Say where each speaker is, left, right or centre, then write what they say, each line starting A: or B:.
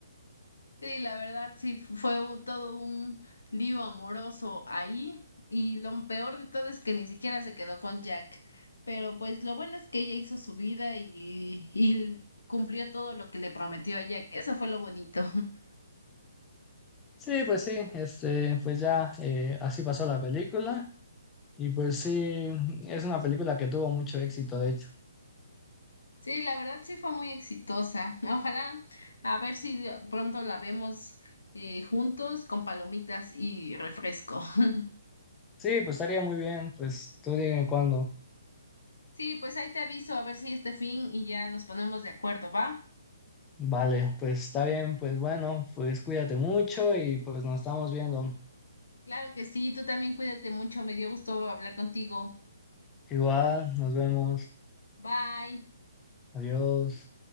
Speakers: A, on the left; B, on the left.
A: Sí, la verdad, sí, fu- fue un- todo un lío amoroso ahí y lo peor de todo es que ni siquiera se quedó con Jack, pero pues lo bueno es que ella hizo su vida y, y cumplió todo lo que le prometió a Jack, eso fue lo bonito. <laughs>
B: Sí, pues sí, este, pues ya eh, así pasó la película. Y pues sí, es una película que tuvo mucho éxito, de hecho.
A: Sí, la verdad sí fue muy exitosa. Ojalá a ver si de- pronto la vemos eh, juntos con palomitas y refresco. <laughs>
B: Sí, pues estaría muy bien, pues tú dime cuándo.
A: Sí, pues ahí te aviso a ver si este fin y ya nos ponemos de acuerdo, ¿va?
B: Vale, pues está bien, pues bueno, pues cuídate mucho y pues nos estamos viendo.
A: Claro que sí, tú también cuídate mucho, me dio gusto hablar contigo.
B: Igual, nos vemos.
A: Bye.
B: Adiós.